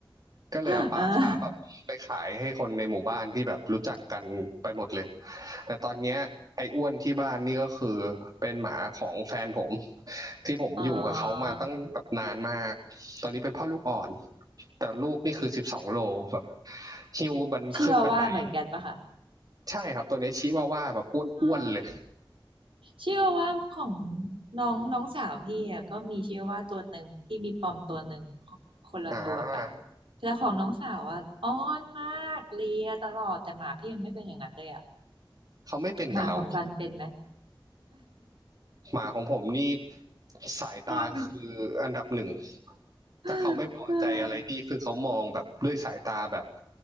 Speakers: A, on the right; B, on the right.
A: ก็เลยเอาปลาช้าแบบไปขายให้คนในหมู่บ้านที่แบบรู้จักกันไปหมดเลย
B: <laughs> เออ
A: แต่ตอนเนี้ยไอ้อ้วนที่บ้านนี่ก็คือเป็นหมาของแฟนผมที่ผมอยู่กับเขามาตั้งแบบนานมากตอนนี้เป็นพ่อลูกอ่อน
B: เออ
A: แต่ลูกนี่คือสิบสองโลแบบหิวบันขึ้นบันได
B: ชีว่าว่าเหมือนกันปะคะ
A: ใช่ครับตัวเนี้ยชิวาว่าแบบอ้วนๆเลย
B: เอ๋อชีว่าว่าของน้องน้องสาวพี่อะก็มีชีว่าว่าตัวหนึ่งพี่มีปอมตัวหนึ่งคนละตัวกัน
A: อ่า
B: แต่ของน้องสาวอ่ะอ้อนมากเลียตลอดแต่หมาพี่มันไม่เป็นอย่างนั้นเลยอะ
A: เขาไม่เป็นกับเรา
B: หมาของซันเป็นไหม
A: หมาของผมนี่สายตาคืออันดับหนึ่ง
B: <laughs> รอดไหม <gasps>
A: ถ้าเขาไม่พอใจอะไรพี่คือเขามองแบบด้วยสายตาแบบ